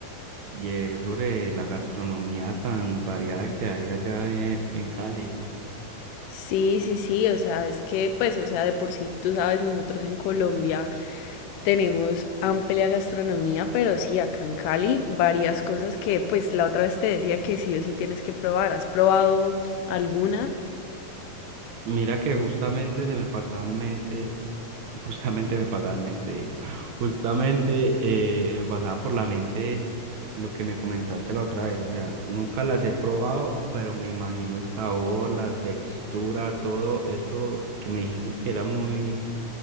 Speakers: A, on the right (about 60°); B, on the left (about 75°).
A: y es sobre la gastronomía tan variada que hay allá e- en Cali.
B: Sí, sí, sí, o sea, es que, pues, o sea, de por sí, tú sabes, nosotros en Colombia tenemos amplia gastronomía, pero sí, acá en Cali, varias cosas que, pues, la otra vez te decía que sí o sí tienes que probar. ¿Has probado alguna?
A: Mira que justamente se me pasaba en mente Y Justamente me pasaba en mente, digo, justamente eh, me pasaba por la mente lo que me comentaste la otra vez, o sea, nunca las he probado, pero me imagino el sabor, la textura, todo eso que me dijiste es que era muy,